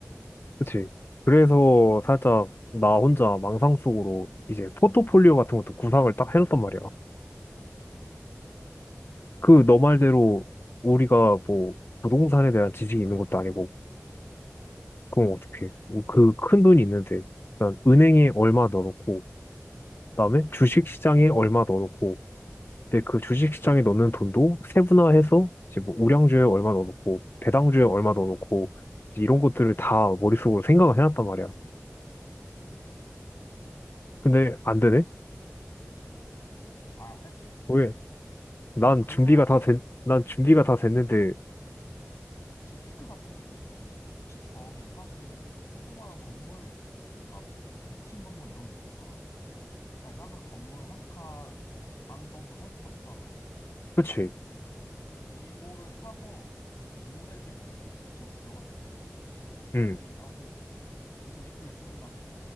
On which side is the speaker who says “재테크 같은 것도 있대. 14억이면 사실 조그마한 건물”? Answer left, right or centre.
Left